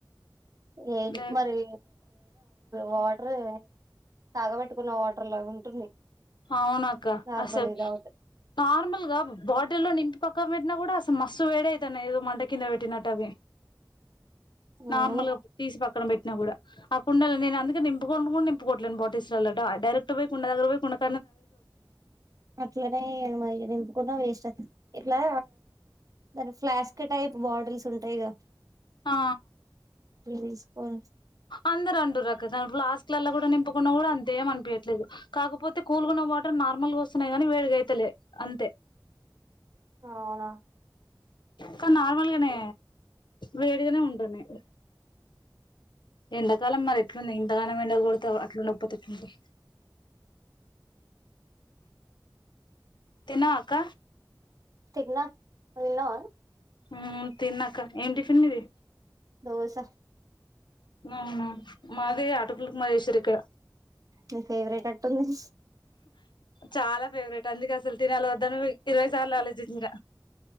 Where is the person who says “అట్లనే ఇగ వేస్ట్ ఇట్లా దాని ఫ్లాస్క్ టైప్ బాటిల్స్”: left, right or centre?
Right